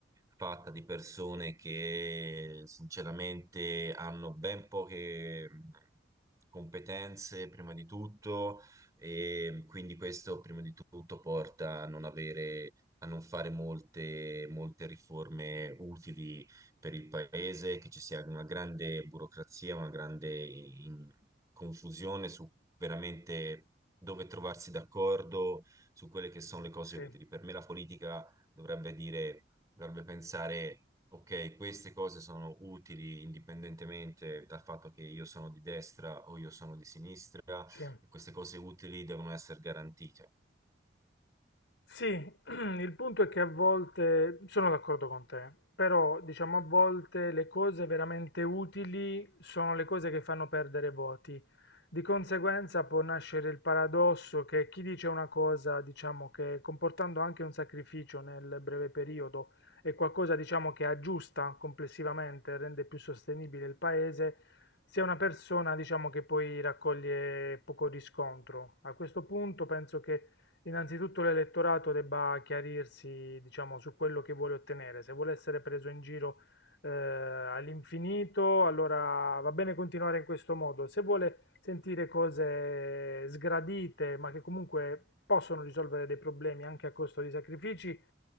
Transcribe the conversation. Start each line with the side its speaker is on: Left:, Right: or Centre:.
Right: fatta di persone che sinceramente hanno ben poche mh, competenze, prima di tutto, e quindi questo, prima di tutto, porta a non avere... a non fare molte, molte riforme utili per il paese, che ci sia una grande burocrazia, una grande in- confusione su veramente dove trovarsi d'accordo su quelle che sono le cose
Left: Sì,
Right: utili. Per me la politica dovrebbe dire, dovrebbe pensare, ok, queste cose sono utili indipendentemente dal fatto che io sono di destra o io sono di sinistra,
Left: sì.
Right: e queste cose utili devono essere garantite.
Left: Sì, <clears throat> il punto è che a volte, sono d'accordo con te, però diciamo a volte le cose veramente utili sono le cose che fanno perdere voti. Di conseguenza può nascere il paradosso che chi dice una cosa, diciamo che comportando anche un sacrificio nel breve periodo è qualcosa, diciamo, che aggiusta complessivamente, rende più sostenibile il paese, sia una persona, diciamo, che poi raccoglie poco riscontro. A questo punto penso che innanzitutto l'elettorato debba chiarirsi, diciamo, su quello che vuole ottenere. Se vuole essere preso in giro eh, all'infinito, allora va bene continuare in questo modo. Se vuole sentire cose sgradite, ma che comunque possono risolvere dei problemi anche a costo di sacrifici,